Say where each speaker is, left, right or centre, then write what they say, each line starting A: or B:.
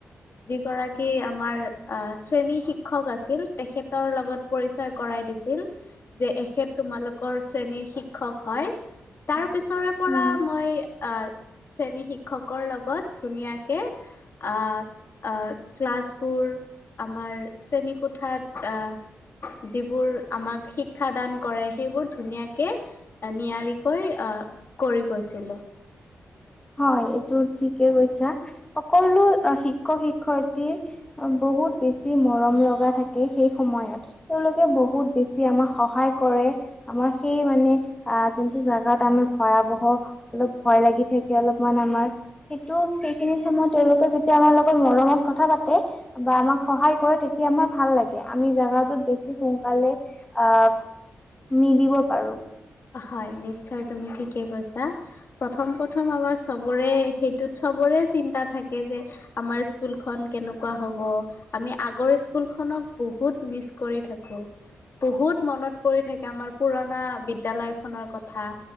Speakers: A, on the left; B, on the left.
A: যিগৰাকী আমাৰ <unintelligible> শ্ৰেণী শিক্ষক আছিল তেখেতৰ লগত পৰিচয় কৰাই দিছিল, যে এখেত তোমালোক কৰ, শ্ৰেণীৰ শিক্ষক হয়, তাৰ পিছৰে পৰা
B: উম।
A: মই আহ শ্ৰেণী শিক্ষকৰ লগত ধুনীয়াকে আহ আহ ক্লাছবো বোৰ, আমাৰ শ্ৰেণী কোঠাত আহ যিবোৰ আমাক শিক্ষ দান কৰে সেইবোৰ ধুনীয়াকে নিয়াৰিকৈ আহ, কৰি গৈছিলে।
B: হয়, এইটো ঠিকে কৈছা সকলো শিক্ষক শিক্ষয়ত্ৰী বহুত বেছি মৰম লগা থাকে সেই সময়ত, তেওঁলোকে বহুত বেছি আমাক সহায় কৰে। <unintelligible> আমাৰ সেই মানে অ যোনটো জোগাত আমাৰ ভয়াৱহ অলপ ভয় লাগি থাক তেওঁলোক আমাৰ, কিন্তু সেইখিনি সময়ত তেওঁলোকে যেতিয়া আমাৰ লগত মৰমত কথা পাতে বা আমাক সহায় কৰে তেতিয়া আমাৰ ভাল লাগে আমি জোগাটোত বেছি সোনকালে আ মিলিব পাৰোঁ।
A: হয় নিশ্চয় তুমি ঠিকে কৈছা, প্ৰথম প্ৰথম আমাৰ চবৰে সেইটোত চব বৰে, চিন্তা থাকে যে আমাৰ স্কুলখন কেনেকুৱা হ'ব, আমি আগৰ স্কুলখনক বহুত মিচ কৰি থাকোঁ, বহুত মনত পৰি থাকে আমাৰ পুৰণা বিদ দ্যালয়খনৰ কথা